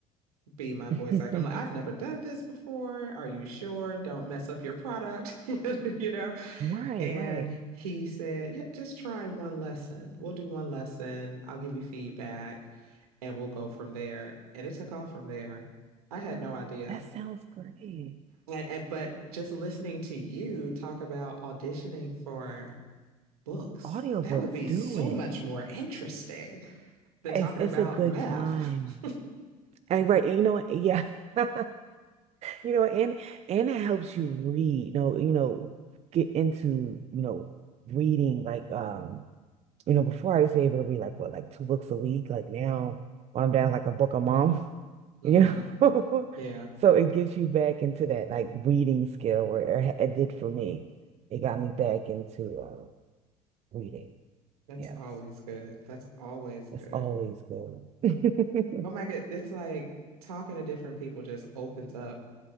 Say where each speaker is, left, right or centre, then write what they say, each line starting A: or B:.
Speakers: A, on the right (about 70°); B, on the right (about 35°).
A: be my voice
B: <laughs>
A: actor? I'm like, I've never done this before. Are you sure? Don't mess up your product, <laughs> you know?
B: Right,
A: And
B: right.
A: he said, Yeah, just try one lesson. We'll do one lesson. I'll give you feedback and we'll go from there. And it took off from there. I had no idea
B: That sounds great.
A: And, and but just listening to you talk about auditioning for books,
B: Audiobooks
A: that would be
B: do
A: so
B: it.
A: much more interesting than
B: It's
A: talking
B: it's
A: about
B: a good
A: math.
B: time.
A: <laughs>
B: I, right. And you know what? Yeah. <laughs> You know, and and it helps you read, you know, you know, get into, you know, reading like um, you know, before I used to be able to read like what, like two books a week. Like now when I'm down like a book a month,
A: Mm-hmm.
B: you know. <laughs>
A: Yeah,
B: So it gets you back into that like reading skill where it, it did for me. It got me back into uh, reading.
A: that's
B: Yes.
A: always good. That's always good.
B: That's always good. <laughs>
A: Oh my God, it's like talking to different people just opens up